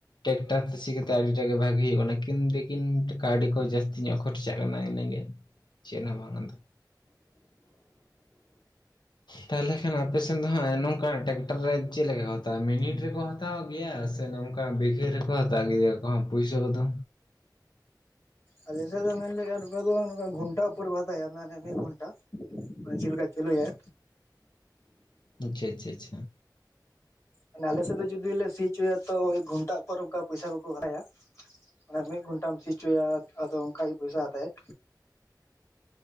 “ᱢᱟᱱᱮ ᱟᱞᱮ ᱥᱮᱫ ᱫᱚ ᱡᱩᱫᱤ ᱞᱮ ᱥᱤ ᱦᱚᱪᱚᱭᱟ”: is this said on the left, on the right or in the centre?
Left